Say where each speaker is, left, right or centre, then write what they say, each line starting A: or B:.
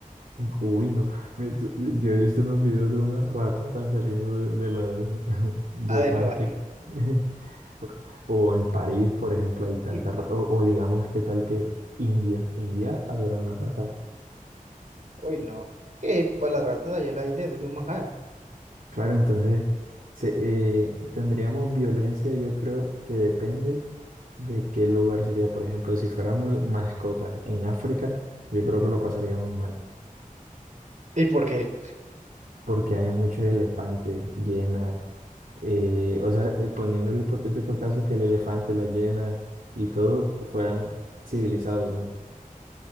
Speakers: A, on the right; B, on the right.
A: Uy, no. me- yo he visto unos videos de unas ratotas saliendo de, de la- <laughs>
B: <laughs>
A: del
B: La de
A: parque.
B: Nueva York.
A: <laughs> O en París, por ejemplo, hay tantas...
B: bien pa-
A: ra- O, o digamos, ¿qué tal que India? India adoran las ratas.
B: Uy, no. Que para las ratas allá en la India eso es un manjar.
A: Claro, entonces se- eh, tendríamos violencia, yo creo que depende de qué lugar sería. Por ejemplo, si fuéramos mascotas en África, yo creo que lo pasaríamos mal,
B: ¿Y por qué?
A: porque hay muchos elefantes, llenas, eh, o sea, eh, poniendo el hipotético caso que el elefante, las llenas y todo fueran civilizados, ¿no?